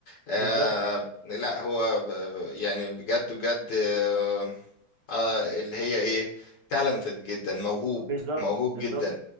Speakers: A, on the left; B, on the right.
A: آه
B: بالظبط
A: لا هو ب... يعني بجد بجد آه، آه اللي هي ايه تالنتد جدا موهوب
B: بالظبط
A: موهوب
B: بالظبط
A: جدا